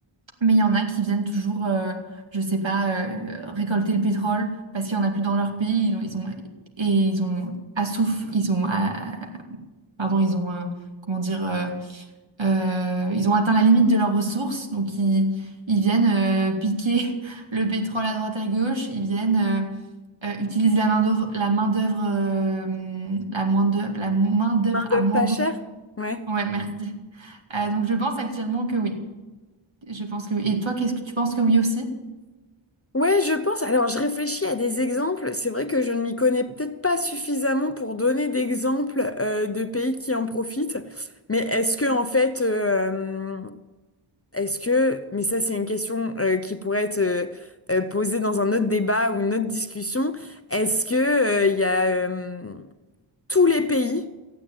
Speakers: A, on the right; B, on the left.
A: mais il y en a qui viennent toujours, euh, je sais pas, euh, récolter le pétrole parce qu'il n'y en a plus dans leur pays. Ils ont, ils ont- et ils ont assouf, ils ont, ah, pardon, ils ont, euh, comment dire, euh, euh, ils ont atteint la limite de leurs ressources. Donc, ils, ils viennent euh, piquer <laughs> le pétrole à droite à gauche. Ils viennent euh, euh, utiliser la main d'œuvre, la main d'œuvre, euh, la main d'œuvre, la main d'œuvre
B: Main-d'œuvre
A: à moindre
B: pas chère? Ouais.
A: Ouais, merci. Euh, donc je pense actuellement que oui. Je pense que oui. Et toi, qu'est-ce que tu penses que oui aussi?
B: Ouais, je pense. Alors, je réfléchis à des exemples. C'est vrai que je ne m'y connais peut-être pas suffisamment pour donner d'exemples euh, de pays qui en profitent. Mais est-ce que, en fait, euh, est-ce que, mais ça, c'est une question euh, qui pourrait être euh, euh, posée dans un autre débat ou une autre discussion. Est-ce que euh, il y a euh, tous les pays